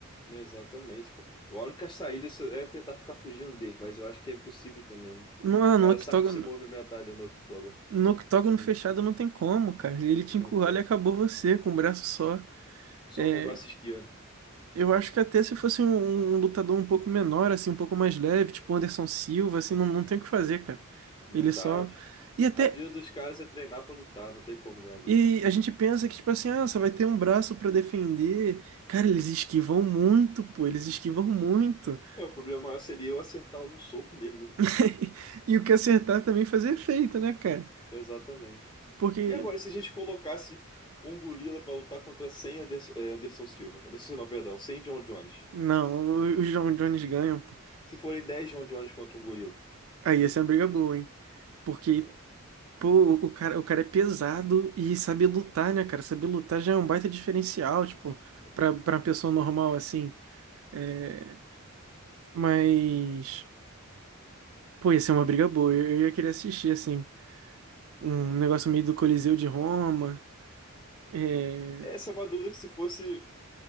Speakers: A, on the left (about 20°); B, on the right (about 70°).
A: Exatamente, cara. A única saída é tentar ficar fugindo dele, mas eu acho que é possível também, né?
B: Não, ah
A: O cara
B: no octógono,
A: sabe se movimentar dentro do octógono,
B: No octógono
A: né?
B: fechado não tem como, cara. Ele te
A: Não
B: encurrala
A: tem.
B: e acabou você com um braço só.
A: Só
B: É,
A: com o braço esquerdo.
B: eu acho que até se fosse um, um lutador um pouco menor, assim, um pouco mais leve, tipo o Anderson Silva, assim, não, não tem o que fazer, cara.
A: Não
B: Ele só.
A: dá.
B: E até.
A: A vida dos caras é treinar pra lutar, não tem como ganhar dele.
B: E a gente pensa que, tipo assim, ah, só vai ter um braço pra defender. Cara, eles esquivam muito, pô, eles esquivam muito.
A: É, o problema maior seria eu acertar algum soco nele,
B: <laughs>
A: né?
B: E o que acertar também faz efeito, né, cara?
A: Exatamente.
B: Porque.
A: E agora, e se a gente colocasse um gorila pra lutar contra 100 Anderson, eh, Anderson Silva? Anderson, não, perdão, 100 John Jones.
B: Não, os John Jones ganham, pô.
A: Se forem 10 John Jones contra um gorila.
B: Aí ia ser uma briga boa, hein? Porque
A: É,
B: Pô, o cara, o cara é pesado e sabe lutar, né, cara? Saber lutar já é um baita diferencial, tipo,
A: exatamente.
B: pra, pra uma pessoa normal, assim. É, mas, pô, ia ser uma briga boa. Eu, eu ia querer assistir, assim, um negócio meio do Coliseu de Roma. É,
A: Essa é uma dúvida que se fosse.